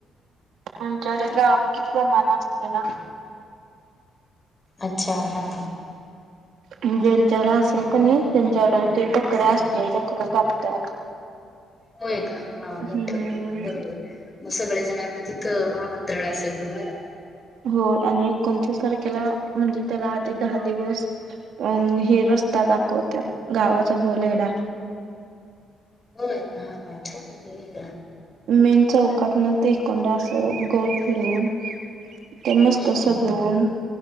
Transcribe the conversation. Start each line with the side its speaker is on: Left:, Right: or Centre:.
Right: आमच्याकडे गाव कि प्रमाण असते ना
Left: अच्छा हा
Right: ज्यांच्याकडे असेल का नाही त्यांच्याकड ते बकरा असते बकरा कापतात
Left: होय का हा
Right: हम्म.
Left: मोठ्या प्रमाण बरोबर मग सगळ्या जणांना तिथ आमंत्रण असेल तुम्हाला
Right: हो आणि कोणतेच आणि त्याला म्हणजे त्याला आधी दहा दिवस अ हे रस्ता दाखवत्यात गावात अच्छा गोले एवडा
Left: होय का अच्छा हे ला
Right: मेन चौकातन ते हिकनड आसं गोल फिरूवून ते मस्त
Left: हम्म
Right: सजवून